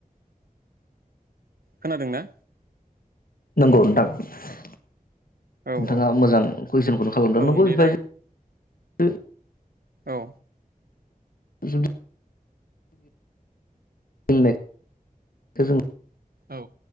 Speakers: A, on the right; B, on the left.
A: खोनादों ना?
B: नोंगौ नोंथां। नोंथाङा
A: औ औ
B: मोजां कुइसनखौनो खालामदों।
A: औ
B: नंगौ
A: नेटआ
B: बेफो बायदिनो ओ।
A: औ।
B: जुदि मिनिनाय <inaudible> खो जों
A: औ।